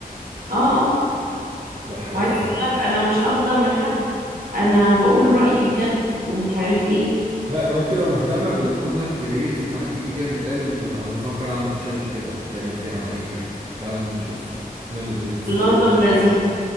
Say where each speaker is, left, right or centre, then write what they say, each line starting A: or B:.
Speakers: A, on the right; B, on the right.
A: اه اه
B: ده حاجه
A: وعايزه
B: قذره جدا
A: اقول لك انا مش قابضه من حد انا بقول رايي بجد ومش عارف ايه
B: لا طب انت لو مهتمة بالكونتنت كريتور ما تيجي كده نتقابل انا بفكر اعمل تشانل كده نتكلم فيه عن اي حاجة تعال نشوف نعمل برين ستورم
A: الله طب
B: كده
A: لذيذ
B: ونفكر